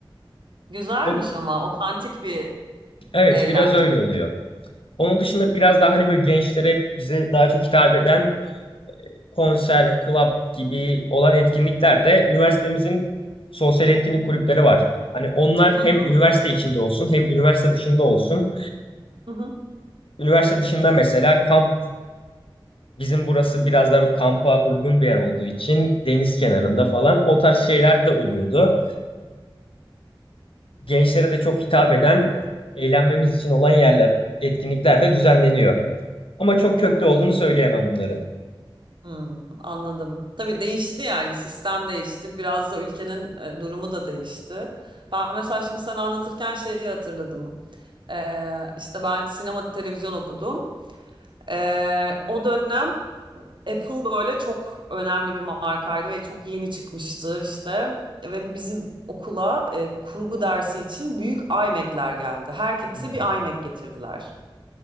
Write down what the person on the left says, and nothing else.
O-
Evet,
biraz öyle oluyor. Onun dışında biraz daha hani böyle gençlere bize daha çok hitap eden konser, club gibi olan etkinliklerde üniversitemizin sosyal etkinlik kulüpleri var. Hani onlar
hem
üniversite içinde olsun hem üniversite dışında olsun.
Üniversite dışında mesela kamp bizim burası biraz daha bir kampa uygun bir yer olduğu için deniz kenarında falan o tarz şeyler de oluyordu. Gençlere de çok hitap eden eğlenmemiz için olan yerler, etkinlikler de düzenleniyor. Ama çok
köklü
olduğunu söyleyemem bunların.
Hmm.